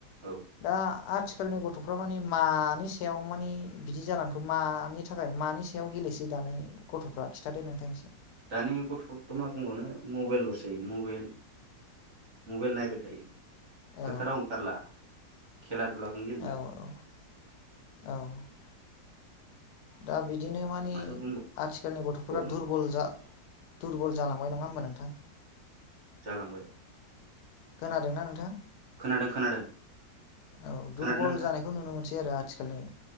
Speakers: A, on the right (about 50°); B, on the left (about 70°).
A: औ
B: दा आथिखालनि गथ'फ्रा मानि मानि सायाव मानि बिदि जालांखो मानि थाखाय मानि सायाव गेलेसै दानाय गथ'फ्रा? खिथादो नोंथां एसे।
A: दानि गथ'फोरखौथ' मा बुंबावनो मबेलल'सै मबेल मबेल नायबाय थायो
B: औ
A: फोथाराव ओंखारला। खेला दुलाखौनो
B: औ
A: गेलेला
B: औ औ दा बिदिनो
A: औ
B: मानि
A: माथो
B: आथिखालनि गथ'फोरा
A: बुंबावनो
B: दुरबल जा दुरबल जालांबाय नङा होमबा नोंथां।
A: जालांबाय।
B: खोनादोंना नोंथां?
A: खोनादों खोनादों।
B: औ दुरबल
A: खोनादोंना नोंथां
B: जानायखौ नुनो मोनसै आरो आथिखालनि